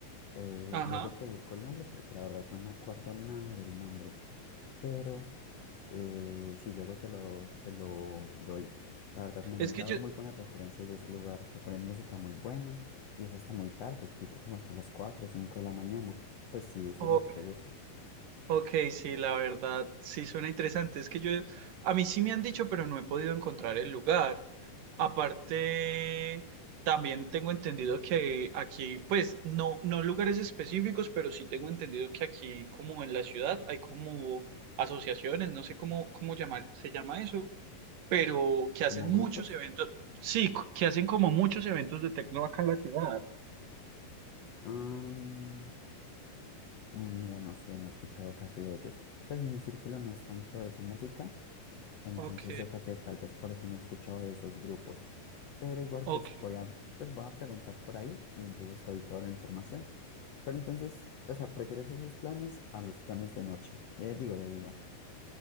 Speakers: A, on the left (about 65°); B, on the right (about 70°).
A: eh,
B: Ajá.
A: luego te busco el nombre porque la verdad no me acuerdo nada del nombre, pero eh, sí, luego te lo, te lo doy. La verdad me han
B: Es que
A: dado
B: yo,
A: muy buenas referencias de ese lugar, que ponen música muy buena y es hasta muy tarde, tipo como hasta las 4 o 5 de la mañana. Pues sí, eso
B: ok.
A: es lo que te gusta.
B: Ok, sí, la verdad, sí suena interesante. Es que yo, a mí sí me han dicho, pero no he podido encontrar el lugar. Aparte, también tengo entendido que aquí, pues, no, no lugares específicos, pero sí tengo entendido que aquí, como en la ciudad, hay como asociaciones, no sé cómo, cómo llamar, se llama eso, pero que
A: ¿Como
B: hacen muchos
A: grupos?
B: eventos, sí, que hacen como muchos eventos de tecno acá en la ciudad.
A: Am, mira, no sé, no he escuchado casi de ellos. Pues mi círculo no es tanto de esa música, entonces
B: Ok,
A: yo creo que tal vez por eso no he escuchado de esos grupos. Pero igual
B: ok.
A: pues voy a, pues voy a preguntar por ahí y entonces te doy toda la información. Pero entonces, o sea, prefieres esos planes a los planes de noche, eh, digo de día.